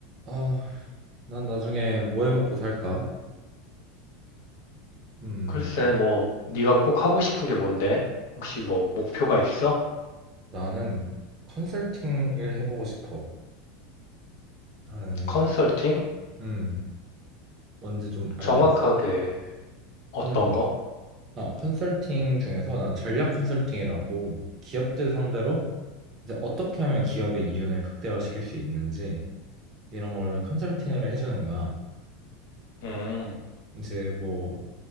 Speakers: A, on the right; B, on the left.
A: 아, 난 나중에 뭐 해먹고 살까? 음,
B: 글쎄, 뭐, 네가 꼭 하고 싶은 게 뭔데? 혹시 뭐, 목표가 있어?
A: 나는 컨설팅을 해보고 싶어. 나는,
B: 컨설팅?
A: 음, 뭔지 좀 알고
B: 정확하게
A: 있어.
B: 어떤
A: 음,
B: 거?
A: 아, 컨설팅 중에서 난 전략 컨설팅이라고 기업들 상대로 이제 어떻게 하면 기업의 이윤을 극대화시킬 수 있는지 이런 거를 컨설팅을 해주는 거야.
B: 음,
A: 이제 뭐